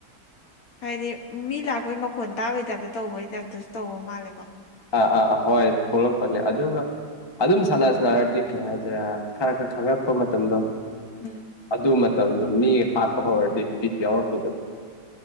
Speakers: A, on the left; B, on the left.
A: ꯍꯥꯏꯗꯤ ꯃꯤ ꯂꯥꯛꯄꯩ ꯃꯈꯣꯟ ꯇꯥꯕꯩ ꯇꯥꯏꯞꯇ ꯇꯧꯕꯩ ꯇꯥꯏꯞꯇꯁꯨ ꯇꯧꯕ ꯃꯥꯜꯂꯦꯀꯣ
B: ꯑꯥ ꯑꯥ ꯑꯥ ꯍꯣꯏ ꯊꯣꯛꯂꯛꯄꯅꯦ ꯑꯗꯨꯒ ꯑꯗꯨꯝ ꯁꯥꯟꯅ ꯁꯥꯟꯅꯔꯗꯤ ꯀꯩ ꯍꯥꯏꯗꯨꯏꯔꯦ ꯈꯔ ꯈꯔ ꯈꯪꯉꯛꯄ ꯃꯇꯝꯗꯣ
A: ꯎꯝ
B: ꯑꯗꯨ ꯃꯇꯝ ꯇꯝꯗ‌ꯣ ꯃꯤ ꯍꯥꯠꯄ ꯍꯧꯔꯛꯑꯗꯤ ꯕꯤꯠ ꯌꯥꯎꯔꯛꯄꯗ‌ꯣ